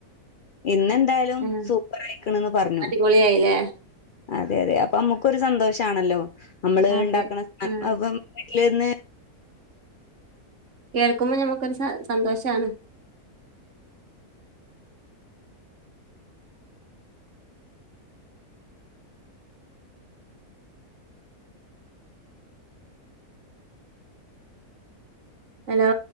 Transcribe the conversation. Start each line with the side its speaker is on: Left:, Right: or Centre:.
Left: ഇന്നെന്തായാ
Right: ഉം
Left: സൂപ്പർയിക്കണന്ന് പറഞ്ഞു
Right: അടിപൊളിയായില്ലേ
Left: അതെ അതെ അപ്പ നമ്മുക്കൊരു സന്തോഷമാണല്ലോ നമ്മള്
Right: അതെ
Left: ഉണ്ടാക്കണ സം
Right: ആ
Left: അപ്പ വീട്ടിൽന്ന്
Right: കേൾക്കുമ്പോൾ നമുക്കൊരു സ സന്തോഷാണ് ഹലോ